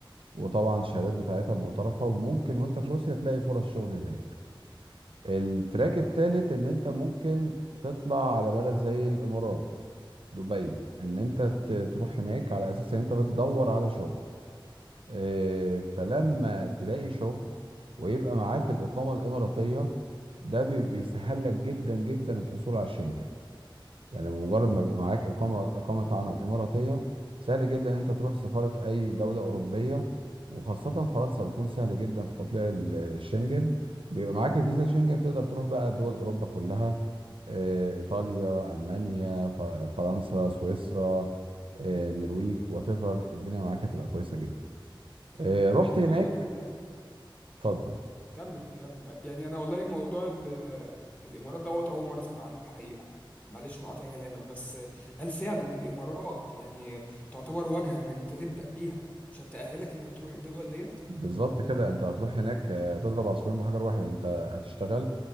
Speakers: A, on the right; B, on the left.
A: وطبعا الشهادات بتاعتها معترفه وممكن وانت في روسيا تلاقي فرص شغل هناك التراك التالت ان انت ممكن تطلع على بلد زي الامارات دبي ان انت ت- تروح هناك على اساس ان انت بتدور على شغل آه، فلما تلاقي شغل ويبقى معاك الإقامة الإماراتية ده بي- بيسهل لك جدا جدا الحصول على الشنجن يعني مجرد ما يبقى معاك إقامة إقامة عمل إماراتية سهل جدا إن أنت تروح سفارة أي دولة أوروبية وخاصة فرنسا بيكون سهل جدا في تطليع ال- الشنجن بيبقى معاك الفيزا شنجن تقدر تروح بقى دول أوروبا كلها آه، إيطاليا ألمانيا ف- فرنسا سويسرا آه، النرويج وات ايفر الدنيا معاك هتبقى كويسة جدا آه،
B: طب
A: رحت
B: والله
A: هناك
B: يعني انت عارف
A: اتفضل
B: كمل كمل يعني انا والله الموضوع ال- الامارات دوت اول مره اسمع عنه الحقيقه معلش مقاطع كلامك بس هل فعلا الامارات يعني تعتبر واجهه ان انت تبدا بيها عشان تاهلك انك تروح الدول ديت
A: بالظبط كده انت هتروح هناك آه، هتضرب عصفورين بحجر واحد انت هتشتغل